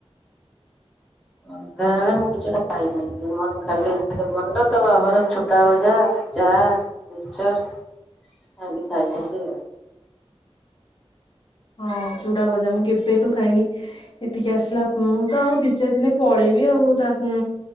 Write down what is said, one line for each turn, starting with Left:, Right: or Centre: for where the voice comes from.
Centre: ସନ୍ଧ୍ୟା ବେଳେ ମୁଁ କିଛି ଖାଇନି। ରିମନ ଖାଲି ରିମନ ର ତା ବାବାର ଚୁଡାଭଜା ଚାଆ, ମିକ୍ସଚର ଏମତି ଖାଇଛନ୍ତି ଆଉ।
Left: ହଁ ଚୁଡାଭଜା ମୁଁ କେବେଠୁ ଖାଇନି ଟିକେ ଆସିଲା ମୁଁ ତ ଆଉ ଦି ଚାରି ଦିନ ରେ ପଳେଇବି ଆଉ ତା ଉ